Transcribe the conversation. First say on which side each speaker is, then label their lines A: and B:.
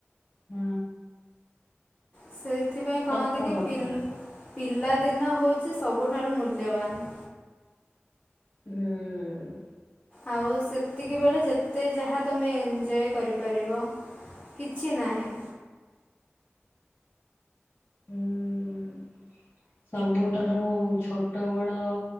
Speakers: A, on the left; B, on the left.
A: ହୁଁ।
B: ସେଥିପାଇଁ କହନ୍ତି
A: ସତ
B: କି
A: କଥା
B: ପି ପିଲାଦିନ ହେଉଛି ସବୁଠାରୁ ମୂଲ୍ୟବାନ।
A: ହୁଁ।
B: ଆଉ ସେତିକିବେଳେ ଯେତେ ଯାହା ତମେ ଏଞଜୟ କରିପାରିବ। କିଛି ନାହିଁ।
A: ହୁଁ। ସବୁଠାରୁ ଛୋଟ ବଳ